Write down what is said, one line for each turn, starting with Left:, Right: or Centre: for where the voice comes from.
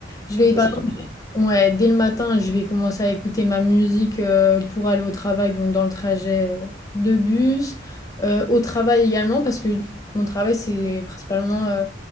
Left: je vais
Right: Ah, c'est tout le temps?
Left: Ouais, dès le matin, je vais commencer à écouter ma musique euh, pour aller au travail, donc dans le trajet euh, de bus, euh, au travail également, parce que mon travail, c'est principalement euh,